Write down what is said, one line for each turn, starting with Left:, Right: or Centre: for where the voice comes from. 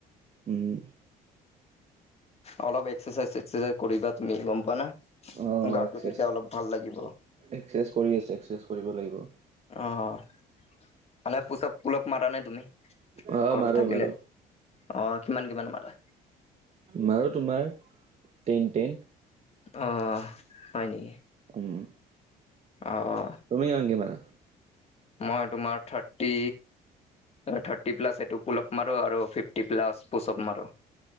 Right: উম।
Left: অলপ এক্সাৰচাইজ চাৰচাইজ কৰিবা তুমি গম প না
Right: অ',
Left: গাটো
Right: এক্সেছ
Left: তেতিয়া অলপ ভাল লাগিব।
Right: এক্সাৰচাইজ কৰি আছোঁ, এক্সাৰচাইজ কৰিব লাগিব।
Left: অ', মানে পুচাপ পুলাপ মাৰ নাই তুমি
Right: অ',
Left: ঘৰত
Right: মাৰো
Left: থাকিলে?
Right: মাৰো
Left: অ', কিমান কিমান মাৰা?
Right: মাৰো তোমাৰ টেইন টেন।
Left: অ', হয় নেকি?
Right: উম।
Left: আ অ'।
Right: তুমি কিমানকে মাৰা?
Left: মই তোমাৰ থাৰ্টি থাৰ্টি প্লাছ এইটো পোলাপ মাৰো আৰু ফিফটি প্লাছ পূচাপ মাৰো।